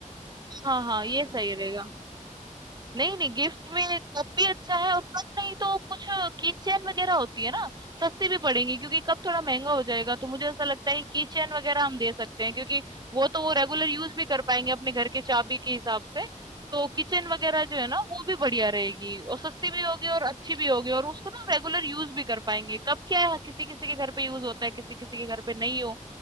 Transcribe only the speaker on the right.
हाँ, हाँ,
ये
सही
रहेगा।
नहीं नहीं गिफ्ट में कप भी अच्छा है और कप नहीं तो कुछ की चेन वगैरह होती है ना सस्ती भी पड़ेंगी क्योंकि कप थोड़ा महंगा हो जाएगा तो मुझे ऐसा लगता है कि की चेन वगैरह हम दे सकते हैं क्योंकि वो तो वो रेगुलर यूज भी कर पाएंगे अपने घर के चाबी के हिसाब से तो किचन वगैरह जो है ना वो भी बढ़िया रहेगी और सस्ती भी होगी और अच्छी भी होगी और उसको ना रेगुलर यूज भी कर पाएंगे कप क्या है किसी किसी के घर पे यूज होता है किसी किसी के घर पे नहीं हो